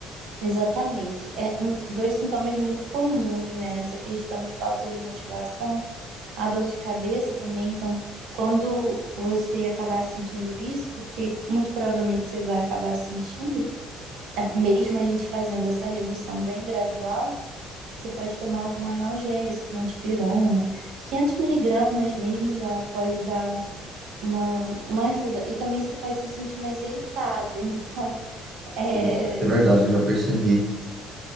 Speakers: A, on the right; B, on the right.
A: Exatamente. É um, dois sintomas muito comuns, né? Essa questão de falta de motivação, a dor de cabeça também. Então, quando você acabar sentindo isso, porque muito provavelmente você vai acabar sentindo, é, mesmo a gente fazendo essa redução bem gradual, você pode tomar algum analgésico, uma dipirona, 500 miligramas mesmo já pode dar uma, uma ajuda. E também você pode se sentir mais irritado. <laughs> Então, é,
B: Sim, isso é verdade, eu já percebi.